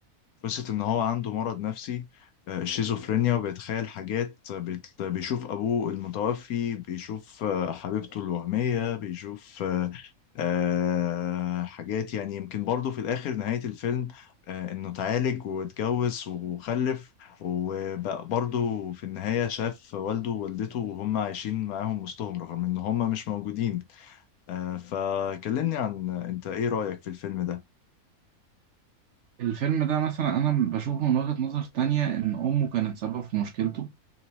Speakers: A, on the left; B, on the right.
A: قصة إن هو عنده مرض نفسي آه، الشيزوفرينيا وبيتخيل حاجات آه، بيت- بيشوف أبوه المتوفي بيشوف آه، حبيبته الوهمية بيشوف آه، آه، حاجات يعني يمكن برضه في الآخر نهاية الفيلم آه، إنه اتعالج واتجوز وخلف وبقى برضه في النهاية شاف والده ووالدته وهم عايشين معاهم وسطهم رغم إن هم مش موجودين آه، فكلمني عن أنت إيه رأيك في الفيلم ده؟
B: الفيلم ده مثلا أنا بشوفه من وجهة نظر تانية إن أمه كانت سبب في مشكلته